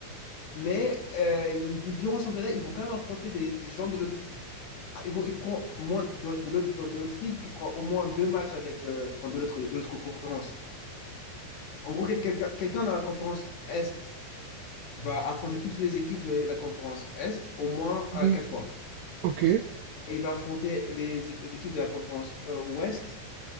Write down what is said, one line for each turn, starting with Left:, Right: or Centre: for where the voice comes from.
Left: mais euh, durant le championnat, ils vont quand même affronter des, des gens de l'autre ligue. Ah, Ils vont, ils feront moins de, de l'autre de l'autre ligue, ils feront au moins deux matchs avec, euh, enfin, de l'autre de l'autre conférence. En gros, quel- quelqu'un quelqu'un dans la conférence Est va affronter toutes les équipes de la conférence Est au moins euh,
Right: Oui.
Left: quatre fois.
Right: Ok. Et
Left: Et il va affronter les équipes de la conférence euh, Ouest